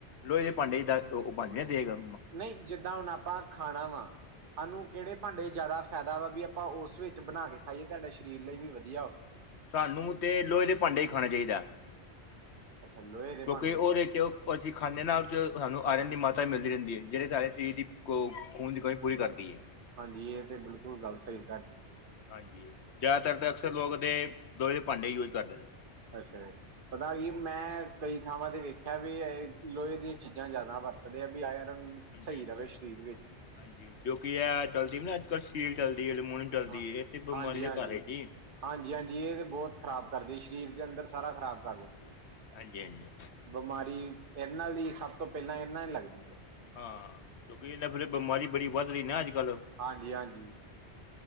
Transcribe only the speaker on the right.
ਨਹੀਂ ਜਿੱਦਾਂ ਹੁਣ ਆਪਾਂ ਖਾਣਾ ਵਾ ਸਾਨੂੰ ਕਿਹੜੇ ਭਾਂਡੇ ਜ਼ਿਆਦਾ ਫਾਇਦਾ ਵਾ ਵੀ ਆਪਾਂ ਉਸ ਵਿੱਚ ਬਣਾ ਕੇ ਖਾਈਏ ਤੁਹਾਡੇ ਸਰੀਰ ਲਈ ਵੀ ਵਧੀਆ ਹੋਵੇ।
ਅੱਛਾ ਲੋਹੇ। ਦੇ
ਭਾਂਡੇ
ਹਾਂਜੀ ਇਹ ਤੇ ਬਿਲਕੁਲ ਗੱਲ ਸਹੀ
ਅੱਛਾ ਏ ਪਤਾ ਵੀਰ, ਮੈਂ ਕਈ ਥਾਵਾਂ ਤੇ ਵੇਖਿਆ ਵੇ ਲੋਹੇ ਦੀਆਂ ਚੀਜ਼ਾਂ ਜ਼ਿਆਦਾ ਵਰਤਦੇ, ਭਈ ਆਇਰਨ
ਸਹੀ
ਰਵੇ ਸਰੀਰ ਵਿੱਚ
ਹਾਂ
ਹਾਂਜੀ ਹਾਂਜੀ।
ਹਾਂਜੀ ਹਾਂਜੀ ਇਹ ਤੇ ਬਹੁਤ ਖ਼ਰਾਬ ਕਰਦੀ, ਸਰੀਰ ਦੇ ਅੰਦਰ ਸਾਰਾ ਖਰਾਬ ਕਰ ਦਿੰਦੀ
ਬਿਮਾਰੀ ਇਰ ਨਾਲ ਦੀ ਸਭ ਤੋਂ ਪਹਿਲਾਂ ਇਰ ਨਾਲ ਲੱਗਦੀ ਏ।
ਹਾਂਜੀ ਹਾਂਜੀ।